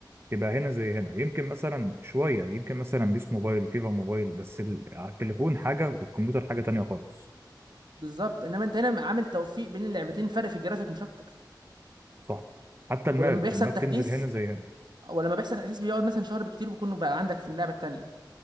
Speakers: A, on the right; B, on the right.
A: تبقى هنا زي هنا يمكن مثلا شوية يمكن مثلا بيس موبايل فيفا موبايل بس ال- على التليفون حاجة والكمبيوتر حاجة تانية خالص
B: بالظبط إنما أنت هنا عامل توفيق بين اللعبتين فرق في الجرافيك مش أكتر
A: صح حتى الماب
B: ولما بيحصل
A: الماب
B: تحديث
A: تنزل هنا زي هنا
B: ولما بيحصل تحديث بيقعد مثلا شهر بالكتير بيكون بقى عندك في اللعبه التانيه